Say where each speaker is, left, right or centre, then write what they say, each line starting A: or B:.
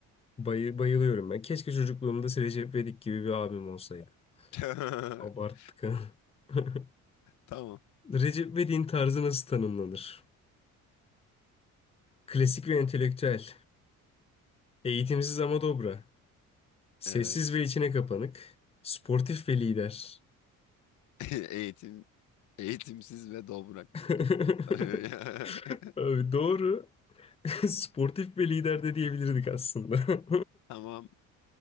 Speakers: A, on the left (about 20°); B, on the left (about 65°).
A: Bayı, bayılıyorum ben. Keşke çocukluğumda Recep İvedik gibi bir abim olsaydı.
B: <laughs>
A: Abarttık ha. <laughs>
B: Tamam.
A: Recep İvedik'in tarzı nasıl tanımlanır? Klasik ve entelektüel. Eğitimsiz ama dobra. Sessiz
B: Evet.
A: ve içine kapanık. Sportif ve lider.
B: <laughs> Eğitim Eğitimsiz ve dobra kanka.
A: <laughs>
B: <laughs>
A: Abi doğru. <laughs> Sportif ve lider de diyebilirdik aslında. <laughs>
B: Tamam.